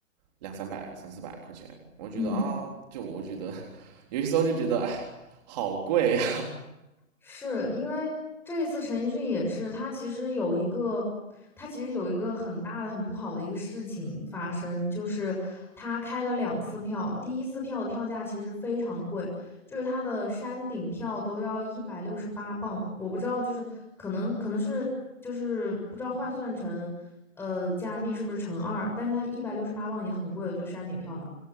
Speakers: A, on the right (about 30°); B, in the centre.
A: 两三百、三四百块钱，我觉得啊，
B: 嗯。
A: 就我觉得 <laughs> 有些时候就觉得哎，好贵啊，
B: 是因为这一次陈奕迅也是，他其实有一个，他其实有一个很大的、很不好的一个事情发生，就是他开了两次票，第一次票的票价其实非常的贵，就是他的山顶票都要一百六十八磅，我不知道，就是可能可能是就是不知道换算成呃加币是不是乘二，但是他一百六十八磅已经很贵了，就山顶票嘛。